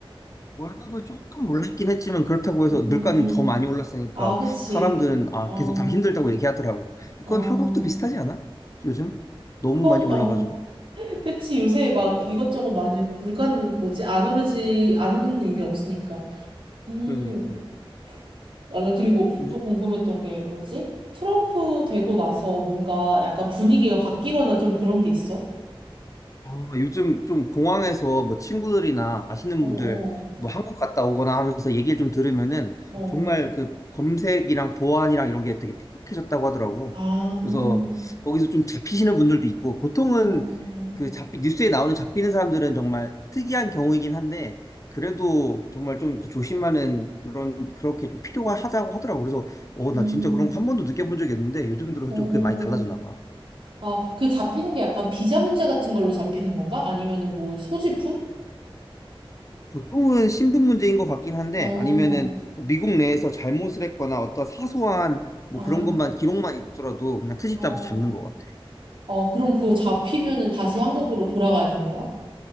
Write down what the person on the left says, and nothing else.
월급은 조금 올랐긴 했지만, 그렇다고 해서
물가는
더 많이 올랐으니까,
사람들은, 아,
계속 다 힘들다고 얘기하더라고. 그건
한국도 비슷하지 않아? 요즘? 너무
많이 올라가지고.
그러니까.
요즘-
아, 요즘 좀 공항에서 뭐 친구들이나 아시는
분들
뭐 한국 갔다 오거나 하면서 얘기를 좀 들으면은
정말
그 검색이랑 보안이랑 이런 게 되게 팍팍해졌다고 하더라고.
그래서 거기서 좀 잡히시는 분들도 있고 보통은
그 잡히 뉴스에 나오는 잡히는 사람들은 정말 특이한 경우이긴 한데 그래도 정말 좀 그 조심하는 그런 그렇게 좀 필요하다고 하더라고. 그래서 어,
나 진짜 그런 거 한 번도 느껴본 적이 없는데 요즘 들어서
좀 그게 많이 달라졌나 봐.
보통은 신분 문제인 것 같긴 한데
아니면은 뭐 미국 내에서 잘못을 했거나 어떤 사소한 뭐
그런 것만 기록만 있더라도 그냥 트집
잡아서 잡는 것 같아.